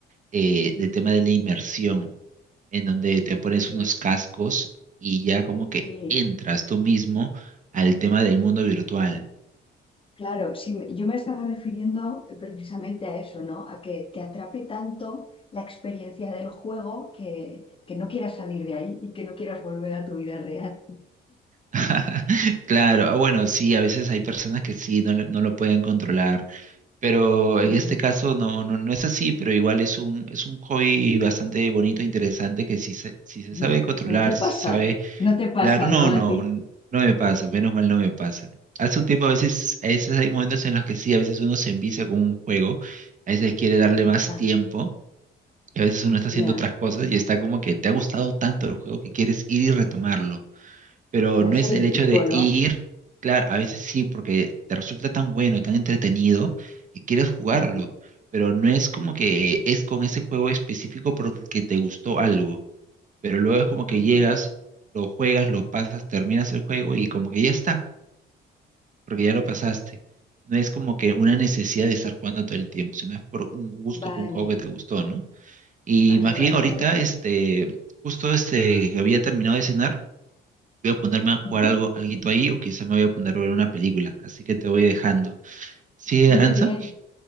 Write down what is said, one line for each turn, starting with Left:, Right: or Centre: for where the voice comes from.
Right: eh, del tema de la inmersión, en donde te pones
Left: Sí,
Right: unos cascos y ya como que
Left: sí,
Right: entras tú mismo al tema del mundo virtual.
Left: claro, sí, me- yo me estaba refiriendo precisamente a eso, ¿no? A que te atrape tanto la experiencia del juego que, que no quieras salir de ahí y que no quieras volver a tu vida real.
Right: <laughs> Claro, ah, bueno, sí, a veces hay personas que sí, no, lo- no lo pueden controlar, pero en
Left: Ujú,
Right: este caso no, no, no es así, pero igual es un, es un hobby bastante bonito, interesante, que si se, si se
Left: ujú.
Right: sabe controlar,
Left: No te
Right: si
Left: pasa,
Right: se sabe,
Left: no te pasa,
Right: claro, no,
Left: ¿no?
Right: no,
Left: A ti.
Right: n- no me pasa, menos mal no me pasa. Hace un tiempo a veces, a veces hay momentos en los que sí, a veces uno se envicia con un juego, a veces quiere darle más
Left: Ya,
Right: tiempo, y a veces uno está haciendo
Left: Ya,
Right: otras cosas y está como que te ha gustado tanto el juego que quieres ir y retomarlo pero
Left: ya,
Right: no
Left: es
Right: es
Left: adictivo,
Right: el hecho de
Left: ¿no?
Right: ir, claro, a veces sí, porque te resulta tan bueno, tan entretenido, que quieres jugarlo,
Left: ya.
Right: pero no es como que es con ese juego específico porque te gustó algo, pero luego es como que
Left: Ujú.
Right: llegas, lo juegas, lo pasas, terminas el juego y como que ya está, porque ya lo pasaste. No es como que una necesidad de estar jugando todo el tiempo, sino es por un gusto,
Left: Vale,
Right: con un juego que te gustó, ¿no? Y
Left: vale,
Right: más bien
Left: vale,
Right: ahorita,
Left: vale, vale.
Right: este, justo este, que había terminado de cenar, voy a ponerme a jugar
Left: Ujú.
Right: algo, alguito ahí o quizá me voy a poner a ver una película. Así que te voy dejando. Sí,
Left: Muy
Right: Aranza,
Left: bien,